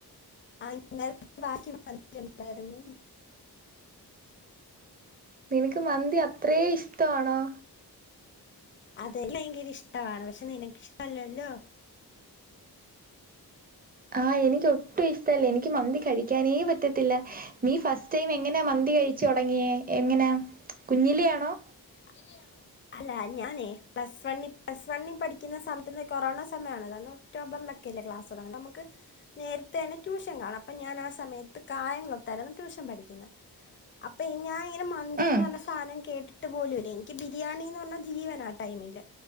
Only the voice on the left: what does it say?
ആഹ് ഇന്നലത്തെ ബാക്കി മന്തിയുണ്ടായിരുന്നു.
അതെ ഭയങ്കര ഇഷ്ടമാണ്. പക്ഷെ നിനക്കിഷ്ടല്ലല്ലോ.
കുഞ്ഞിലേയാണോ? അല്ല ഞാനേ പ്ലസ് വണ്ണി പ്ലസ് വണ്ണി പഠിക്ക്ന്ന സമയത്ത് ന്ന് കൊറോണ സമയമാണല്ലോ അന്ന് ഒക്ടോബറിലൊക്കല്ലേ ക്ലാസ് തൊടങ്ങ്ന്നെ. അമ്മക്ക് നേരത്തെന്നെ ട്യൂഷൻ കാണും അപ്പം ഞാനാ സമയത്ത് കായംകുളത്തായിരുന്നു ട്യൂഷൻ പഠിക്ക്ന്നെ അപ്പം ഞാനിങ്ങനെ മന്തിന്ന്
പർഞ്ഞ സാനം കേട്ടി ട്ട്പോലൂല്ല. എനിക്ക് ബിരിയാണി ന്ന് പർഞ്ഞാൽ ജീവനാ ആ ടൈമില്.